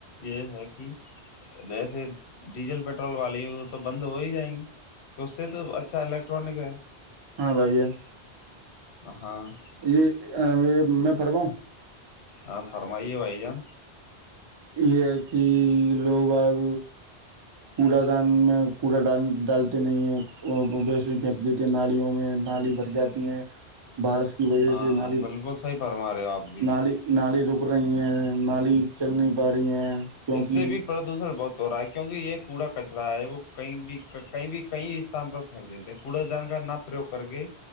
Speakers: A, on the left (about 75°); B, on the right (about 35°).
A: یہ ہے کہ- ویسے ڈیزل پیٹرول والی وہ تو بند ہو ہی جائیں گی- کہ اس سے تو اچھا الیکٹرانک ہے-
B: ہاں بائی جن
A: ہ ہاں-
B: یہ یہ میں پڑھوا ہوں
A: ہاں فرمائیے وائی جان
B: یہ ہے کہ لوگ آگ کوڑا دان میں کوڑا ڈ ڈالتے نہیں ہے بیس پھینک دیتے ہیں نالیوں میں نالی بھر جاتی ہیں بارش کی وجہ
A: ہاں
B: سے
A: ہاں
B: نالی
A: بالکل صحیح فرما رہے ہو آپ بھی
B: نالی نالی رک رہی ہیں نالی چل نہیں پا رہی ہیں کیونکہ
A: اس سے بھی پردوشن بہت ہو رہا ہے کیونکہ یہ کوڑا کچرا ہے وہ کہیں بھی کہیں بھی کئی استان پر پھینک دیتے ہیں کوڑا جان کر ن پرریوگ کر کے